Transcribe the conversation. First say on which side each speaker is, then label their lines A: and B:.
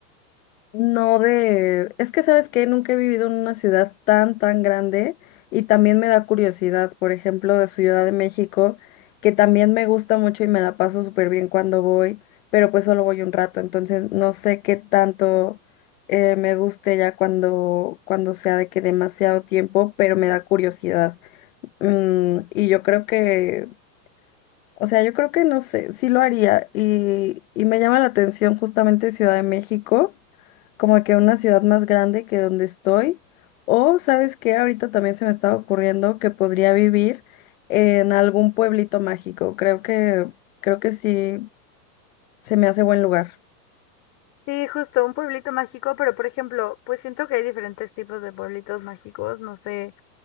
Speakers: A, on the left; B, on the left.
A: no de... Es que, ¿sabes qué? Nunca he vivido en una ciudad tan, tan grande y también me da curiosidad, por ejemplo, de Ciudad de México, que también me gusta mucho y me la paso súper bien cuando voy, pero pues solo voy un rato, entonces no sé qué tanto eh, me guste ya cuando, cuando sea de que demasiado tiempo, pero me da curiosidad. Mm, y yo creo que, o sea, yo creo que no sé, sí lo haría. Y, y me llama la atención justamente Ciudad de México, como que una ciudad más grande que donde estoy. O, ¿sabes qué? Ahorita también se me estaba ocurriendo que podría vivir en algún pueblito mágico. Creo que, creo que sí se me hace buen lugar.
B: Sí, justo, un pueblito mágico, pero por ejemplo, pues siento que hay diferentes tipos de pueblitos mágicos, no sé,